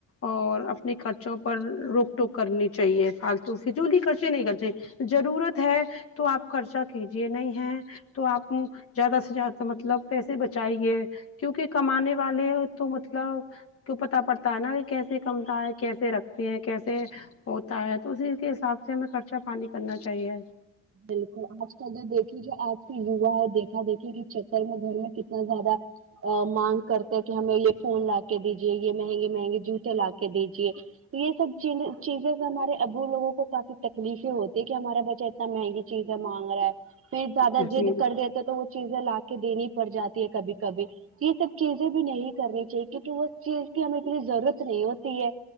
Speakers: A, on the left; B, on the right.
A: اور اپنے خرچوں پر روک ٹوک کرنی چاہیے فالتو فضولی خرچے نہیں خرچے ضرورت ہے تو آپ خرچہ کیجیے نہیں ہے تو آپ زیادہ سے زیادہ مطلب پیسے بچ چاہیے کیونکہ کمانے والے تو مطلب کی پتتا پڑتا ہے نا یہ کیسے کمتا ہے کیسے رکھتے ہیں کیسے ہوتا ہے تو اسی کے حساب سے ہمیں خرچہ پانی کرنا چاہیے
B: بالکل آج کہ اگر دیکھیے جو آج کے یوا ہے دیکھا دیکھیے کہ چکر میں گھر میں کتنا زیادہ مانگ کرتے ہیں کہ ہمیں یہ فون لا کے دیجے یہ مہنگے مہنگے جوتے لا کے دیجیے یہ سب چ چیزز ہمارے ابرو لوگوں کو کافی تکلیفیں ہوتی ہے کہ ہمارا بچ اتنا مہنگی چیزیں مانگ رہا ہے پھر زیادہ ضید
A: جی
B: کر دے تو وہ چیزیں لا کے دینی پڑ جاتی ہے کبھی کبھی یہ سب چیزیں بھی نہیں کرنی چاہیے کیونکہ اس چیز کی ہمیں اتنی ضرورت نہیں ہوتی ہے